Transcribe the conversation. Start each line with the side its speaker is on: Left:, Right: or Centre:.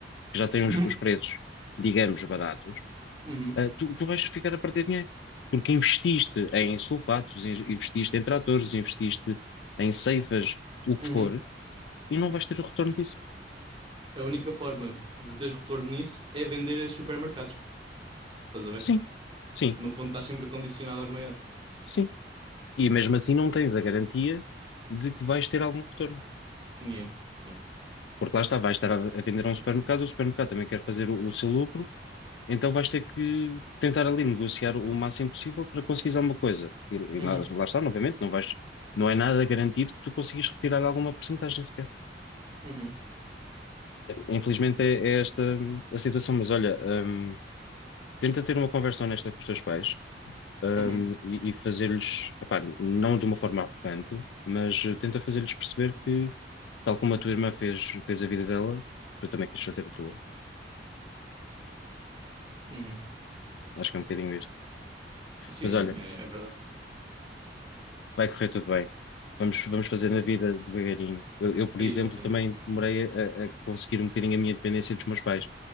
Left: que já tem os
Right: uhum,
Left: os preços, digamos, baratos
Right: uhum,
Left: ah, tu, tu vais ficar a perder dinheiro. Porque investiste em sulfatos, in- investiste em tratores, investiste em ceifas, o
Right: uhum.
Left: que for, e não vais ter o retorno disso.
Right: A única forma de teres retorno nisso é vender esses supermercados. Estás a ver?
Left: Sim, sim,
Right: No fundo, estás sempre condicionado aos maiores.
Left: sim. E mesmo assim não tens a garantia de que vais ter algum retorno.
Right: Yeah, yeah.
Left: Porque lá está, vais estar a, a vender a um supermercado, o supermercado também quer fazer o, o seu lucro, então vais ter que tentar ali negociar o máximo possível para conseguir alguma coisa. E, e
Right: Uhum,
Left: lá, lá está, novamente, não vais, não é nada garantido que tu consigas retirar alguma porcentagem sequer.
Right: uhum,
Left: Infelizmente é, é esta a situação, mas olha, hum, tenta ter uma conversa honesta com os teus pais, hum,
Right: uhum,
Left: e, e fazer-lhes, epá, não de uma forma arrogante, mas eh, tenta fazer-lhes perceber que, tal como a tua irmã fez, fez a vida dela, tu também queres fazer a tua.
Right: uhum.
Left: Acho que é um bocadinho isto.
Right: Sim,
Left: Mas
Right: sim,
Left: olha,
Right: é, é verdade.
Left: vai correr tudo bem. Vamos, vamos fazer na vida devagarinho. Eu, eu, por
Right: Exatamente.
Left: exemplo, também demorei a, a conseguir um bocadinho a minha independência dos meus pais.